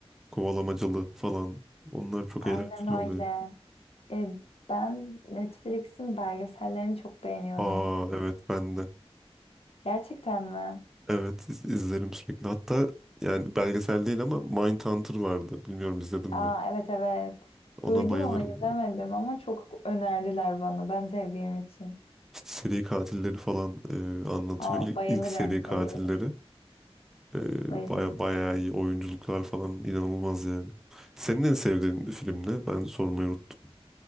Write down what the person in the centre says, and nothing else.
kovalamacalı falan onlar çok
eğlenceli
oluyor.
Aa evet ben de.
Evet iz- izlerim sürekli. Hatta yani belgesel değil ama Mindhunter vardı. Bilmiyorum izledim mi?
Ona
bayılırım.
İşte seri katilleri falan e, anlatıyor.
İl-
İlk, seri katilleri.
E,
baya bayağı iyi oyunculuklar falan inanılmaz yani. Senin en sevdiğin film ne? Ben sormayı unuttum.